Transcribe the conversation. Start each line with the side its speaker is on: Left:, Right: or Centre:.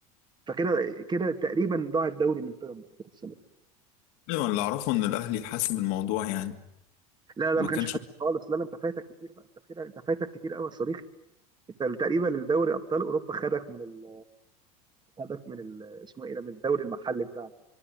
Right: فكده كده تقريبا ضاع الدوري من بيراميدز كده السنه دي
Left: ايوه اللي اعرفه ان الاهلي حاسم الموضوع يعني
Right: لا لا
Left: ما
Right: ما
Left: كانش
Right: كانش حد خالص لا لا انت فايتك كتير بقى انت كده انت فايتك كتير قوي يا صديقي انت تقريبا الدوري ابطال اوروبا خدك من ال... خدك من ال... اسمه ايه ده من الدوري المحلي بتاعنا